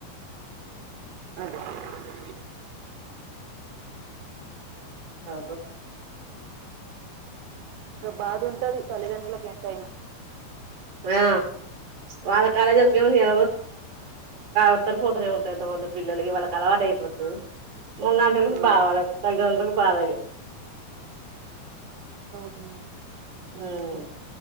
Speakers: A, on the right; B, on the right.
A: అదే అదే
B: ఆ
A: బాధంటది తల్లిదండ్రులలకు ఎంతయినా
B: ఆ వాళ్ళ కాలేజీలకి ఏమ ఎ ఉత్తర్ పోతనేవుంటారు ఎంత మంది పిల్లకి వాళ్ళకీ అలవాటు అయి తు మన లాంటిల్లకి
A: ఆ
B: బాధ తల్లిదండ్రులకు బాధ
A: ఆ ఎం
B: ఉమ్
A: చెత్తం